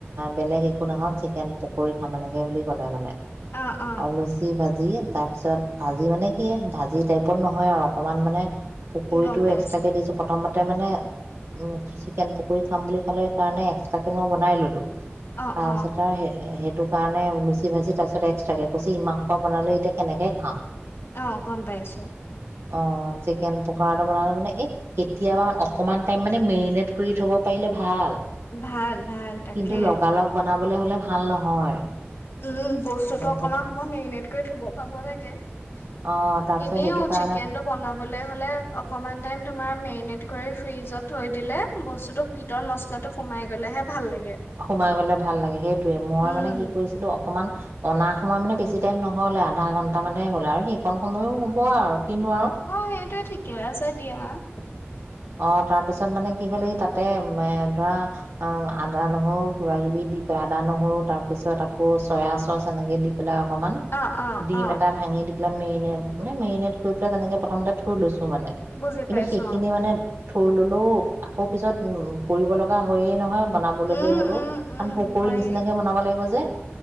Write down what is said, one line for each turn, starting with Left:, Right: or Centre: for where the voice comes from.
Right: বেলেগ একো নহক চিকেন পকৰি খাম এনেকৈ বুলি ক'লে মানে
Left: অ', অ',
Right: আৰু লুছি ভাজি তাৰপিছত ভাজি মানে কি ভাজি টাইপত নহয় আৰু অকমান মানে। পুকুৰীটো
Left: গম পাইছো
Right: এক্সট্ৰাকে দিছো প্ৰথম ততে মানে উ চিকেন পকৰী খাম বুলি খালে কাৰণে এক্সট্ৰাকে মই বনাই ললো।
Left: অ',
Right: তাৰপিছত
Left: অ',
Right: আৰু সেই সেইটো কাৰণে লুচি ভাজি তাৰপিছত এক্সট্ৰাকে কৈছি ইমাহ হোপা বনালে এতিয়া। কেনেকে খাওঁ।
Left: অ', গম পাইছো।
Right: অ চিকেন পকৰাটো বনালো মানে এই কেতিয়াবা অকণমান টাইম মানে মেৰিনেট কৰি থব পাৰিলে ভাল।
Left: ভাল ভাল তাকে
Right: কিন্তু লগালগ বনাবলৈ হলে ভাল নহয়।
Left: উম বস্তুটো অকণমান
Right: সেইটো
Left: সময় মেৰিনেট কৰি থব পাব লাগে। লাগে
Right: অ তাৰপিছত
Left: এনেও
Right: সেইটো কাৰণে
Left: চিকেন টো বনাবলে হলে অকমান টাইম তোমাৰ মেৰিনেট- কৰি ফ্ৰিজত থৈ দিলে বস্তুতো ভিতৰত মছলাটো সোমাই গ'লেহে ভাল লাগে।
Right: সোমাই গলে ভাল লাগে সেইটোৱে মই
Left: উম,
Right: মানে কি কৰিছিলো। অকমান অনা সময় মানে বেছি টাইম নহয়লে আধা ঘন্টা মানে হলে আৰু সেইকণ সময়ো হ'ব আৰু কিনো আৰু
Left: অ সেইটোৱে ঠিকে আছে দিয়া। হয়।
Right: অ তাৰ পিছত মানে কি হল, তাতে ধৰা আদা, নহৰু কিবা-কিবি দি পেলা আদা নহৰু তাৰ পিছত আকৌ চয়া চচ এনেকে দি, চুলাই অকণমান,
Left: অ', অ',
Right: ডিম
Left: অ',
Right: এটা ভাঙি এইবিলাক মেৰিনেট, মানে মেৰিনেট কৰি পেলাই তেনেকৈ প্ৰথমতে থৈ লৈছোঁ। মানে
Left: বুজি
Right: কিন্তু
Left: পাইছো
Right: সেইখিনিে
Left: অ'।
Right: মানে থোৰ ললেও আকৌ পিছত উম কৰিব লগা হয়য়ে নহয়। বনাবলৈকে
Left: উম
Right: হ'লেও
Left: উম
Right: কাৰণ
Left: উম
Right: পকীৰি
Left: হয়ে
Right: নিচিনাকে বনাব লাগিব যে।